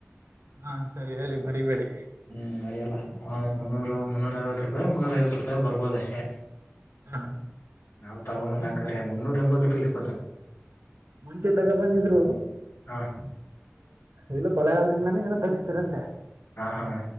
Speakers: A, on the right (about 75°); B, on the left (about 80°).
A: ಹಾ ಸರಿ ಹೇಳಿ ಮರಿಬೇಡಿ.
B: ಹ್ಮ್ ಮರಿಯಲ್ಲ ಮುನ್ನೂರು ಮುನ್ನೂರ ಅರವತ್ತ ರೂಪಾಯಿ. ಮುನ್ನೂರ ಐವತ್ತು ರೂಪಾಯಿ ಬರ್ಬೋದ ಅಷ್ಟೇ.
A: ಹಾಂ
B: ನಾವು ತಗೊಂಬಂದಾಕ್ರೆ
A: ಹ್ಮ್.
B: ಮುನ್ನೂರ. ಎಂಬ ರೂಪಾಯಿ ಇಸ್ಕಾ
A: ಮುಂಚೆ ತೇಗ ಬಂದಿದ್ರು
B: ಹಾ
A: ಇಲ್ಲಪ್ಪಾ. ಕೊಳಗಾಲದಿಂದನೇ ಏನೋ ತರಿಸ್ತೀರಂತೆ.
B: ಹಾ ಹಾ